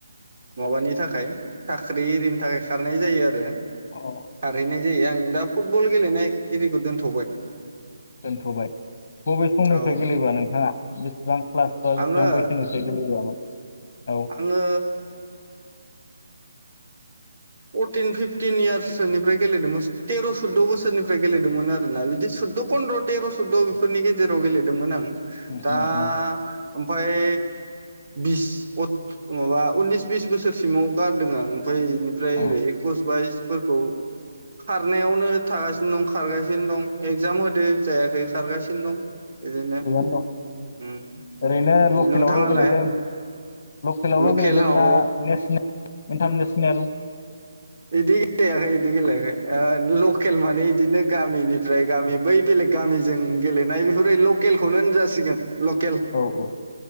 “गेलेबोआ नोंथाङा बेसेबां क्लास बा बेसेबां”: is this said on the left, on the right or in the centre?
Left